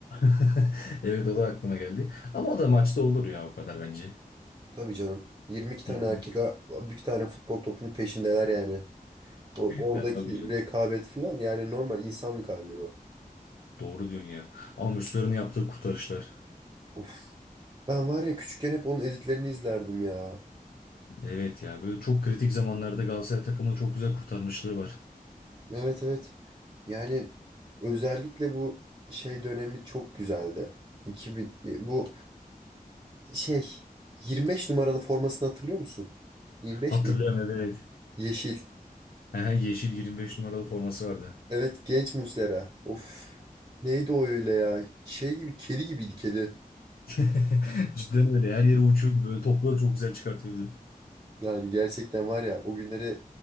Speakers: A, on the left; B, on the right.
A: <laughs> Evet o da aklıma geldi. Ama o da maçta olur ya o kadar bence.
B: <laughs> Tabii canım. 22 tane
A: Hı hı.
B: erkek bir tane futbol topunun peşindeler yani. O- Oradaki
A: Yani abi diyor.
B: rekabet falan yani normal insanlık halidir o.
A: Doğru diyorsun ya. Ama Müslüman'ın yaptığı kurtarışlar.
B: Of. Ben var ya küçükken hep onun editlerini izlerdim ya.
A: Evet ya böyle çok kritik zamanlarda Galatasaray takımını çok güzel kurtarmışlığı var.
B: Evet evet. Yani özellikle bu şey dönemi çok güzeldi. 2000 e, bu şey 25 numaralı formasını hatırlıyor musun? 25
A: Hatırlıyorum
B: miydi?
A: evet.
B: Yeşil.
A: Aha, Yeşil 25 numaralı forması vardı.
B: Evet genç Muslera. Of. Neydi o öyle ya? Şey gibi kedi gibiydi kedi.
A: <laughs> Cidden öyle. Her yere uçuyordu böyle. Topları çok güzel çıkartıyordu.
B: Yani gerçekten var ya o günlere